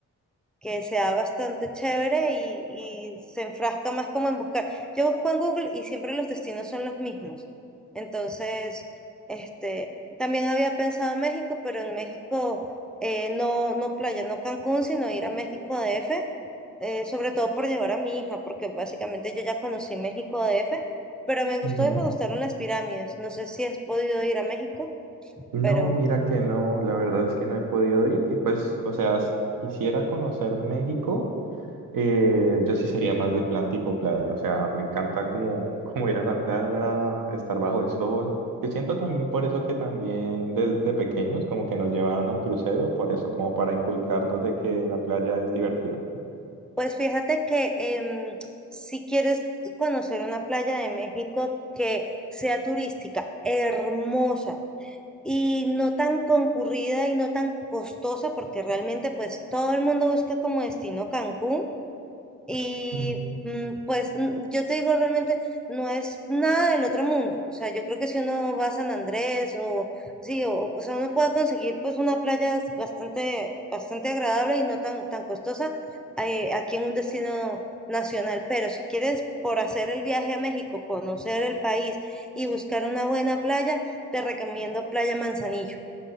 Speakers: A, in the centre; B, on the right.
A: que sea bastante chévere y, y se enfrasca más como en buscar. Yo busco en Google y siempre los destinos son los mismos. Entonces, este, también había pensado en México, pero en México eh, no, no playa, no Cancún, sino ir a México DF, eh, sobre todo por llevar a mi hija, porque básicamente yo ya conocí México DF, pero me gustó
B: Ujú.
A: y me gustaron las pirámides. No sé si has podido ir a México,
B: No,
A: pero
B: mira que no, la verdad es que no he podido ir. Y pues, o sea, si quisiera conocer México. Eh, yo sí sería más de plan tipo playa, o sea, me encanta como, <laughs> como ir a la playa, estar bajo el sol, que siento también por eso que también desde pequeños como que nos llevaron al crucero, por eso como para inculcarnos de que la playa es divertida.
A: Pues fíjate que em, si quieres conocer una playa de México que sea turística, hermosa y no tan concurrida y no tan costosa, porque realmente pues todo el mundo busca como destino Cancún. Y
B: Mm,
A: mm, pues mm, yo te digo realmente, no es nada del otro mundo. O sea, yo creo que si uno va a San Andrés o sí, o, o sea, uno puede conseguir pues una playa bastante, bastante agradable y no tan, tan costosa eh, aquí en un destino nacional. Pero si quieres por hacer el viaje a México, conocer el país y buscar una buena playa, te recomiendo Playa Manzanillo.